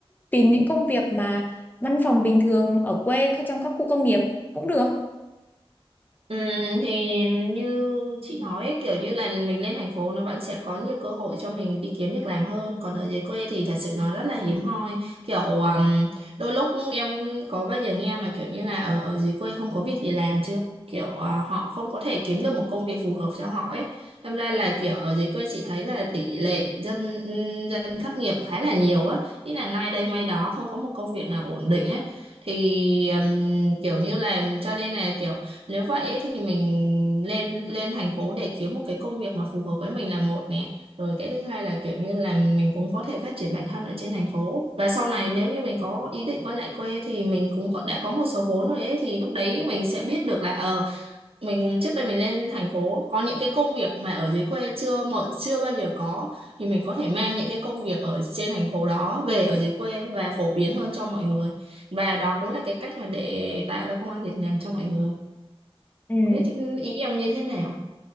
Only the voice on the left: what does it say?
tìm những công việc mà văn phòng bình thường ở quê trong các khu công nghiệp cũng được
ừ